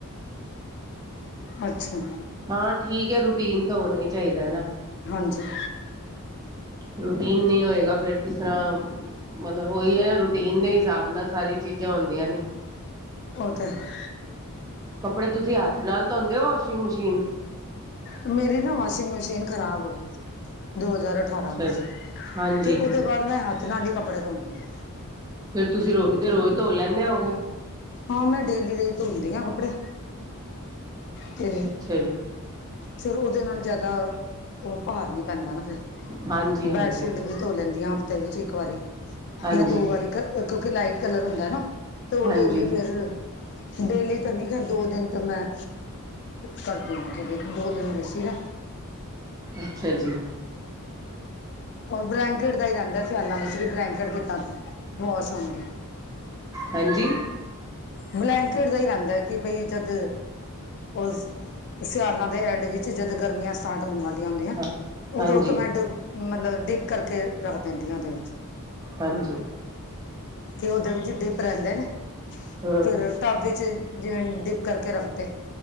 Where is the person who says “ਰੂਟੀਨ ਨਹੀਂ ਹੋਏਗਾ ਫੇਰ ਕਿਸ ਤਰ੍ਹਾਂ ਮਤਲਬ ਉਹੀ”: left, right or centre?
Right